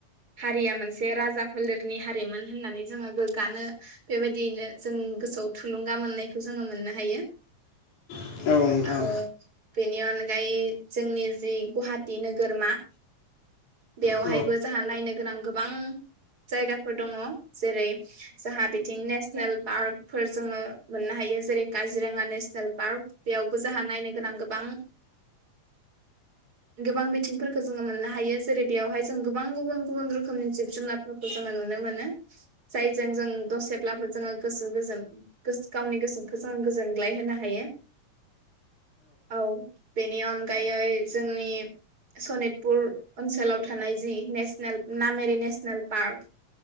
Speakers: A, on the right (about 30°); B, on the left (about 75°).
A: हारिया मोन से राजा फोलेरनि हारिमोन होननानै जोङो गोग्गानो बेबायदियैनो जों गोसोआव थुलुंगा मोननायखौ जोङो मोननो हायो।
B: औ नोंथां
A: अ बेनि अनगायै जोंनि जि गुवाहाटी नोगोरमा बेवहायबो
B: औ
A: जाहा नायनो गोनां गोबां जायगाफोर दङ जेरै जाहा बे नेसनेल पार्कफोर जोङो मोननो हायो जेरै- काजिरङा नेसनेल पार्क बेयावबो हा नायनो गोनां गोबां गोबां बिथिंफोरखौ जोङो मोननो हायो जेरै- बेवहाय जों गो बां गुबुन-गुबुन रोखोमनि जिब जुनात फोरखौ जोङो नुनो मोनो जायजों जों दसेब्लाबो जोङो गोसो गोजोन गोस गावनि गोसोखौ जोङो गोजोनग्लाय होनो हायो औ बेनि अनगायै जोंनि सनितपुर ओनसोलाव थानाय जि नेसनेल नामेरि नेसनेल पार्क